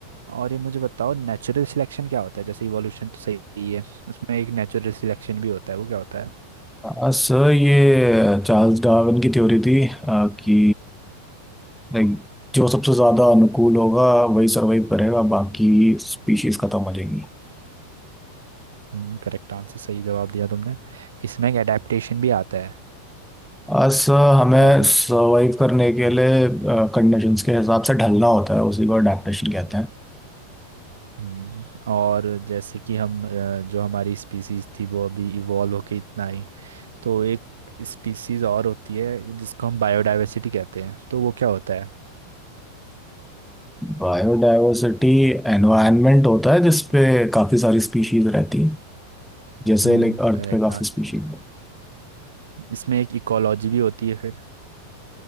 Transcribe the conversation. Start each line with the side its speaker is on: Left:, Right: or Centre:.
Right: और ये मुझे बताओ नेचुरल सिलेक्शन क्या होता है जैसे इवोल्यूशन तो सही ही है उसमें एक नेचुरल सिलेक्शन भी होता है वो क्या होता है
Centre: हाँ सर ये चार्ल्स डार्विन की थ्योरी थी आ, कि like, जो सबसे ज्यादा अनुकूल होगा वही सरवाइव करेगा बाकी स्पीशीज खत्म हो जाएंगी
Right: हम्म करेक्ट आंसर सही जवाब दिया तुमने इसमें एक अडेप्टेशन भी आता है
Centre: आज सर हमें
Right: टॉपिक
Centre: सर्वाइव करने के लिए कंडीशंस के हिसाब से ढलना होता है उसी को अडेप्टेशन कहते हैं
Right: हम्म और जैसे कि हम अ, जो हमारी स्पीसीज थी वो अभी इवॉल्व होके इतना आई तो एक स्पीसीज और होती है जिसको हम बायोडायवर्सिटी कहते हैं तो वो क्या होता है
Centre: बायोडायवर्सिटी एनवायरनमेंट होता है जिसपे काफ़ी सारी स्पीशीज रहती हैं जैसे
Right: हम्म
Centre: लाइक अर्थ
Right: Correct
Centre: पे काफ़ी
Right: answer
Centre: स्पीशीज
Right: इसमें एक इकोलॉजी भी होती है फिर